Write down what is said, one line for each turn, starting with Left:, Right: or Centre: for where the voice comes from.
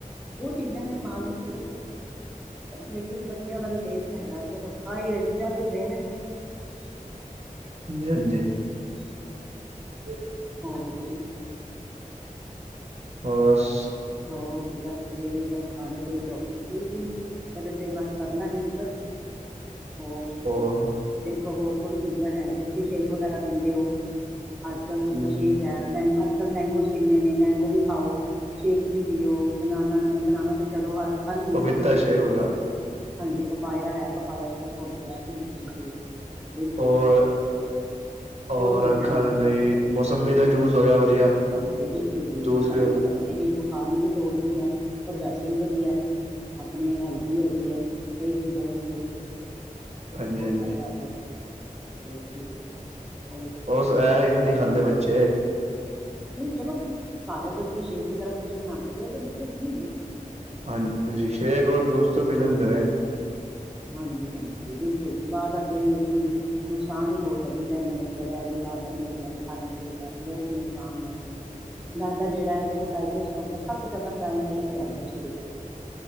Centre: ਉਹ ਚੀਜ਼ਾਂ ਨੇ ਖਾਣ ਵਾਸਤੇ। ਲੇਕਿਨ ਬੱਚਿਆਂ ਦਾ, ਵੀ ਟੇਸਟ ਹੈਗਾ ਚਲੋ ਖਾ ਹੀ ਰਹਿ ਆ ਚੱਲ, ਹੀ ਰਹੇ ਆ।
Right: ਹਾਂਜੀ -ਹਾਂਜੀ। ਜੀ,
Centre: ਹਾਂਜੀ।
Right: ਫਾਸਟ।
Centre: ਹੋਰ ਬਸ, ਇਹੀ ਬਸ, ਖਾਣੇ ਤੇ ਹੀ ਟੋਪਿਕ ਸੀਗੀ। ਇਹਦੇ ਤੇ, ਹੀ ਬਸ ਕਰਨਾ ਡਿਸਕਸ, ਹੋਰ।
Right: ਹੋਰ?
Centre: ਦੇਖੋ ਹੋਰ ਕੋਈ, ਈ ਚੀਜ਼ਾਂ ਹੈ ਤੇ ਸੀਹੀ ਸ਼ੇਕ ਵਗੈਰਾ ਪੀਂਦੇ ਹੋ, ਅੱਜ ਕੱਲ
Right: ਹਮ
Centre: ਸ਼ੇਕ। ਮੈਂ, ਅੱਜ ਕੱਲ ਮਗੋਸ ਕਿੰਨੇ ਨੇ, ਮੈਂਗੋ ਵੀ ਖਾਓ! ਸ਼ੇਕ ਵੀ ਪੀਓ ਬਨਾਨਾ ਨੇ, ਬਨਾਨਾ ਤੇ ਚਲੋ ਹਰ ਸੀਜ਼ਨ
Right: ਪਪੀਤਾ
Centre: ਵਿੱਚ।
Right: ਸ਼ੇਕ ਹੋ ਗਿਆ
Centre: ਹਾਂਜੀ, ਪਪਾਇਆ ਹੈ, ਪਪਾਇਆ ਸੋਕ, ਹੋ ਗਿਆ। ਬਿਲਕੁਲ ਜੀ ਬਿਲਕੁਲ।
Right: ਔਰ ਔਰ
Centre: ਬਹੁਤ ਚੀਜ਼ਾਂ
Right: ਅੱਖਾਂ
Centre: ਨੇ
Right: ਦੇ
Centre: ਜੀ
Right: ਲਈ ਮੌਸੰਮੀ ਦਾ
Centre: ਹਾਂਜੀ
Right: ਜੂਸ ਹੋਇਆ ਵਧੀਆ।
Centre: ਹਾਂਜੀ, ਬਿਲਕੁਲ ਜੀ
Right: ਜੂਸ
Centre: ਮੋਸੰਮੀ
Right: ਵੀ
Centre: ਤਾਂ, ਵੈਸੇ ਵੀ ਬੁਖਾਰ ਨੂੰ, ਵੀ ਤੋੜਦੀ ਹੈ, ਔਰ ਵੈਸੇ ਵੀ ਵਧੀਆ। ਆਪਣੇ ਹੈਲਥੀ ਹੈਗੀ ਹੈ। ਕਈ ਚੀਜ਼ਾਂ ਵਾਸਤੇ।
Right: ਹਾਂਜੀ
Centre: ਬਹੁਤ
Right: ਹਾਂਜੀ
Centre: ਫੇਦਾ ਹੁੰਦਾ ਜੀ, ਬਿਲਕੁਲ ਜੀ। ਹੋਰ
Right: ਉਸ
Centre: ਹੋਰ
Right: ਐ ਹੀ ਤਾਂ
Centre: ਬਸ
Right: ਨਹੀਂ ਖਾਂਦੇ
Centre: ਜੀ।
Right: ਬੱਚੇ!
Centre: ਨਹੀਂ ਚਲੋ ਬਾਰ ਗਲ ਦੀ ਸ਼ੇਕ ਵਗੈਰਾ ਕੁ ਬਣਾ। ਕੇ ਦਿਓ ਤੇ ਬੱਚੇ ਪੀਣਗੇ
Right: ਹਾਂਜੀ ਸ਼ੇਕ ਔਰ ਜੂਸ ਤੋਂ ਪੀ ਲੈਂਦੇ
Centre: ਹਾਂਜੀ
Right: ਨੇ।
Centre: ਹਾਂਜੀ ਹਾਂਜੀ ਜੀ ਬਿਲਕੁਲ ਜੀ ਬਾਰ ਦਾ ਤਾਂ ਜੀ ਨੁਕਸਾਨ ਹੀ ਬਹੁਤ ਹੈ ਵੀ। ਲਗੈ ਜੇ ਬਾਰ ਨੀ ਬੱਚਿਆਂ ਨੂੰ ਖਾਣਾ ਚਾਹੀਦਾ ਬਹੁਤ ਨੁਕਸਾਨ ਹੈ ਇਸ ਚੀਜ ਦਾ। ਮੈਦਾ ਜਿਹੜਾ ਹੈ ਕੋ ਡਾਇਜਸਟ ਹੁੰਦਾ ਸਭ ਜ਼ਿਆਦਾ ਟਾਈਮ ਲਗਾਉਂਦਾ ਸਰੀਰ ਦੇ ਵਿੱਚ।